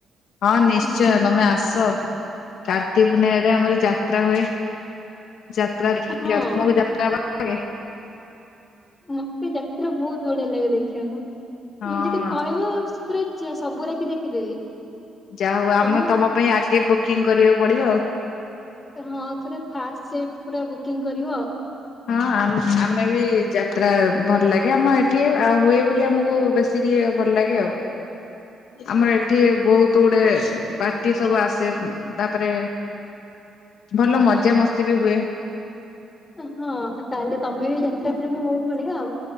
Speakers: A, on the left; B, on the left.
A: ହଁ ନିଶ୍ଚୟ
B: ହୁଁ
A: ତମେ ଆସ କାର୍ତ୍ତିକ ପୂର୍ଣ୍ଣିମାରେ ଆମର ଯାତ୍ରା ହୁଏ। ଯାତ୍ରା ଦେଖିଆକୁ
B: ହଁ
A: ତମକୁ ଯାତ୍ରା ଭଲ ଲାଗେ?
B: ମତେ ଯାତ୍ରା ବହୁତ ବଢିଆ ଲାଗେ ଦେଖିବାକୁ
A: ହଁ।
B: ମ ଯଦି କହିବ ପୁରା <unintelligible> ସବୁ ରାତି ଦେଖିଦେବି।
A: ଯା ହଉ
B: ତମକୁ
A: ଆମେ ତମ ପାଇଁ ଆଗେ ବୁକିଂ କରିବାକୁ ପଡିବ ଆଉ।
B: ହଁ ପୁରା ଫାଷ୍ଟ ସିଟ ପୁରା ବୁକିଂ କରିବ ଆଉ।
A: ହଁ ଆମେ ବି ଯାତ୍ରା ଭଲ ଲାଗେ ଆମ ଏଠି ଆଉ ହୁଏ ବୋଲି ଆମକୁ ବେଶୀ ଟିକେ ଭଲ ଲାଗେ ଆଉ ଆମର ଏଠି ବହୁତ ଗୁଡେ ପାର୍ଟି ସବୁ ଆସେ ତାପରେ ଭଲ ମଜାମସ୍ତି ବି ହୁଏ।
B: ହଁ ତାହେଲେ ତମେ ବି ଯାତ୍ରା ପ୍ରେମ ମୋ ଭଳିଆ ଆଉ।